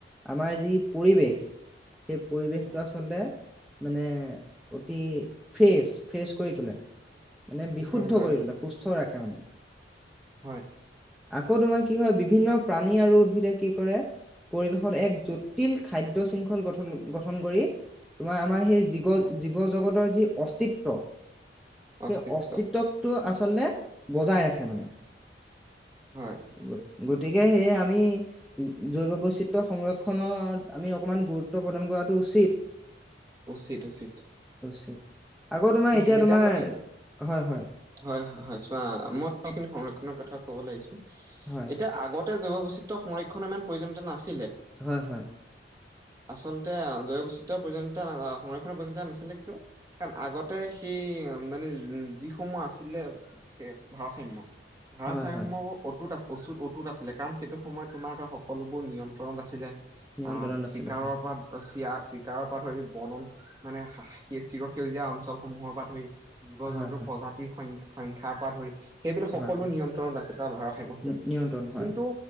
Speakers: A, in the centre; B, on the right.
A: আমাৰ যি পৰিৱেশ সেই পৰিৱেশটো
B: হয়
A: আচলতে মানে অতি ফ্ৰেছ, ফ্ৰেচ কৰি তোলে। মানে বিশুদ্ধ
B: হয় হয়
A: কৰি তুলে সুস্থ ৰাখে মান
B: হয়।
A: আকৌ তোমাৰ কি হয় বিভিন্ন প্ৰাণী আৰু উদ্ভিদে কি কৰে পৰিৱেশত এক জটিল খাদ্যয় শৃংখল গঠন গঠন কৰি তোমাৰ আমাৰ সেই জীৱ
B: হয়
A: জগতৰ যি অস্তিত্ব।
B: অস্তিত্ব
A: সেই অস্তিত্বকটো আচল আচলতে বজাই ৰাখে মানে।
B: হয়।
A: গ- গতিকে সেয়ে আমি জৈৱ বৈচিত্ৰয় সংৰক্ষণত আমি অকমান গুৰুত্ব প্ৰদান কৰাটো উচিত।
B: উচিত, উচিত।
A: উচিত আকৌ তোমাৰ এতিয়া
B: সেইৱা
A: তোমাৰ
B: হয়,
A: হয় হয়
B: হয়, হয় চোৱা মই সখিন সং কনৰ কথা ক'ব লাগিছে।
A: হয়
B: এতিয়া আগত জৈৱবৈচিত্ৰ সংৰক্ষণৰ ইমান প্ৰয়োজনীয়া নাছিল।
A: হয়, হয়।
B: আচলতে জৈৱ বৈচিত্ৰ পৰন্ত সংৰক্ষণৰ পৰ্যন্তা নাছিলে কিয় কাৰণ আগতে সেই মানে যিসমূহ আছিলে সে ভাৰসাম্য ভাৰসাম্যৰ
A: হয় হয়
B: অটুত আ অচুত অতুত আছিলে কাৰণ সেইটো সময়ত তোমাৰ ধৰ সকলোবোৰ নিয়ন্ত্ৰণত আছিলে। অ
A: নিয়ন্ত্ৰণত আছিলে
B: চিকাৰৰ
A: হয়
B: পৰা চিয়াক। চিকাৰৰ পৰা ধৰি। বৰ্ণন মানে চিৰসেউজীয়া অঞ্চলসমূহৰ পৰা ধৰি। জীৱ
A: হয়
B: জন্তুৰ
A: হয়
B: প্ৰজাতিৰ সংখ্যা। সংখ্যাৰ পৰা ধৰি। সেইবিলাক সকলো
A: হয় হয়
B: নিয়ন্ত্ৰণত আছিলে বা ভাৰ সাম্য ভিতৰত
A: নি-
B: আছিলে
A: নিয়ন্ত্ৰণ হয়
B: কিন্তু।